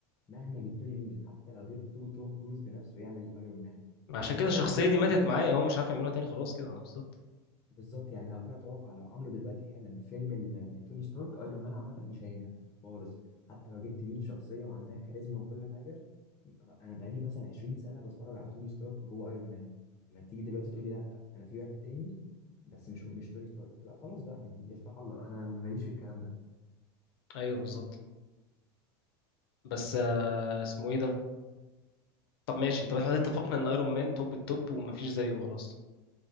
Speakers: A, on the left; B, on the left.
A: مهما جبت لي مين حتى لو جبت توم كروز بنفسه يعمل ايرون مان
B: عشان
A: انا
B: كده
A: خلاص
B: الشخصية
A: انا الشخصيه
B: دي ماتت معايا هو مش عارف يعملوها تاني خلاص كده آه، بالظبط
A: بالظبط يعني لو انا اتوقع لو عملوا دلوقتي حالا فيلم ال- لتوني ستارك ايرون مان عامه مش هينجح خالص حتى لو جبت مين شخصيه وعندها كاريزما وكل حاجه انا بقالي مثلا 20 سنه بتفرج على توني ستارك وهو ايرون مان اما تيجي دلوقتي تقولي لا انا في واحد تاني بس مش مش توني ستارك لا خلاص بقى من- يفتح الله انا ماليش في الكلام ده
B: أيوه بالظبط بس آه، اسمه إيه ده طب ماشي طب احنا اتفقنا إن أيرون مان توب التوب ومفيش زيه خلاص